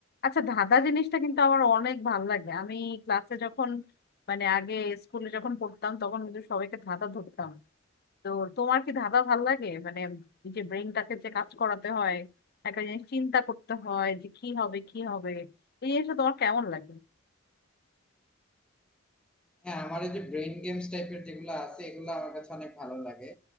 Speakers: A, on the left; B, in the centre.
A: আচ্ছা ধাঁধা জিনিসটা কিন্তু আমার অনেক ভালো লাগে আমি ক্লাসে যখন মানে আগে স্কুলে যখন পড়তাম তখন কিন্তু সবাইকে ধাঁধা ধরতাম তো তোমার কি ধাঁধা ভাল লাগে মানে এই যে ব্রেনটাকে যে কাজ করাতে হয় একটা জিনিস চিন্তা করতে হয় যে কি হবে কি হবে এই জিনিসটা তোমার কেমন লাগে
B: হ্যাঁ আমার এই যে ব্রেন গেমস টাইপের যেগুলো আছে এগুলো আমার কাছে অনেক ভালো লাগে